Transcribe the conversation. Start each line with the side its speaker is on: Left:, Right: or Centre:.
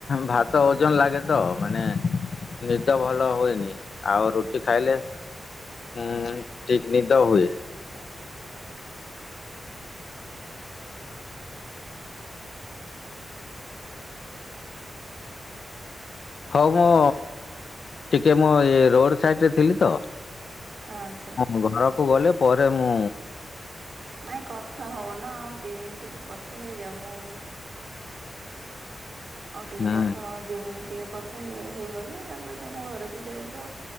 Left: ଭାତ ଓଜନ ଲାଗେ ତ ମାନେ ନିଦ ଭଲ ହୁଏନି ଆଉ ରୁଟି ଖାଇଲେ ହୁଁ ଠିକ ନିଦ ହୁଏ।
Right: ଆଛା।
Left: ହଉ ମୁଁ ଟିକେ ମୁଁ ଇ ରୋଡ ସାଇଡ ରେ ଥିଲି ତ
Right: ଆଚ୍ଛା
Left: ମୁଁ ଘରକୁ ଗଲେ ପରେ ମୁଁ
Right: ନାଇଁ କଥା ହଉନ ଆଉ ଦି ମିନଟ ଟିକେ କଥା ହେଇଯାଉ ମୁଁ ଆଉ ଟିକେ
Left: ହୁଁ
Right: କଥା କଣ ଦି ମିନିଟ ଟିକେ କ କଥା ହେଇଗଲେ ତାପରେ ତମ ଘରକୁ ଯାଇବ